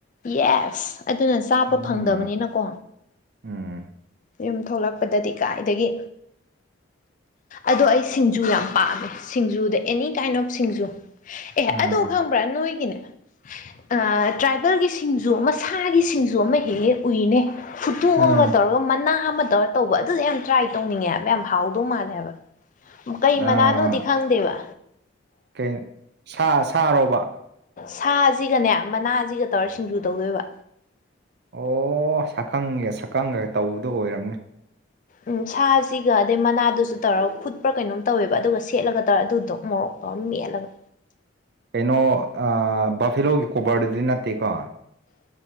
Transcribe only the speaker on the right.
ꯎꯝ
ꯎꯝ
ꯑꯥ
ꯎꯝ
ꯑꯥ
ꯀꯩ ꯁꯥ ꯁꯥꯔꯣꯕ
ꯑꯣ ꯁꯛꯈꯪꯒꯦ ꯁꯛꯈꯪꯒꯦ ꯇꯧꯕꯗꯣ ꯑꯣꯏꯔꯝꯅꯦ
ꯀꯩꯅꯣ ꯑꯥ ꯕꯥꯐꯦꯂꯣꯒꯤ ꯀꯣꯕꯔꯗꯨꯗꯤ ꯅꯠꯇꯦꯀꯣ